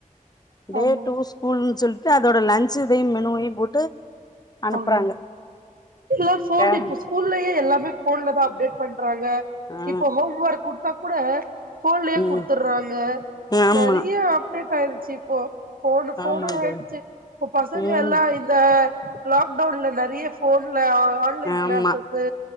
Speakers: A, on the left; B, on the right.
A: டே
B: ஆமா
A: டூ ஸ்கூல்ன்னு சொல்லிட்டு அதோட லஞ்சு இதையும் மெனுவையும் போட்டு அனுப்புறாங்க
B: ஆமா எல்லா போன்
A: பேரண்ட்ஸ்
B: இப்ப ஸ்கூல்லயே எல்லாமே போன்ல தான் அப்டேட் பண்ணிட் றாங்க
A: ஆ
B: இப்ப ஹோம் ஒர்க் கொடுத்தா கூட போன்லயே
A: ம்
B: குடுத்துட்றாங்க
A: ஆமா
B: நிறைய அப்டேட் ஆயிருச்சு இப்போ ஃபோனு ஃபோனுன்னு
A: ஆமா
B: ஆயிடுச்சு
A: தோழி
B: இப்ப பசங்க
A: ம்
B: எல்லா இந்த லாக்டவுன்ல நெறைய ஃபோன் ல ஆன்லைன்
A: ஆமா
B: கிளாஸஸு